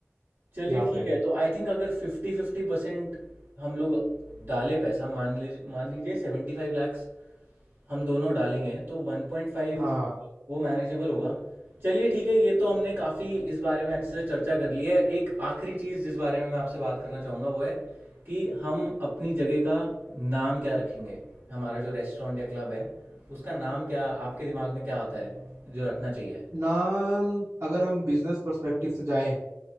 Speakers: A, on the right; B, on the right.
A: चलिए
B: यहाँ
A: ठीक
B: पे
A: है तो आई थिंक अगर फिफ्टी फिफ्टी परसेंट हम लोग डाले पैसा मान लीजिए मान लीजिए सेवेंटी फाइव लैक्स हम दोनों डालेंगे तो वन पॉइंट फाइव
B: हाँ
A: वो मैनेजेबल होगा चलिए ठीक है ये तो हमने काफ़ी इस बारे में अच्छे से चर्चा कर ली है एक आखिरी चीज़ जिस बारे में मैं आपसे बात करना चाहूँगा वो है कि हम अपनी जगह का नाम क्या रखेंगे हमारा जो रेस्टोरेंट या क्लब है उसका नाम क्या आपके दिमाग में क्या आता है जो रखना चाहिए
B: नाम अगर हम बिजनेस पर्सपेक्टिव से जाएं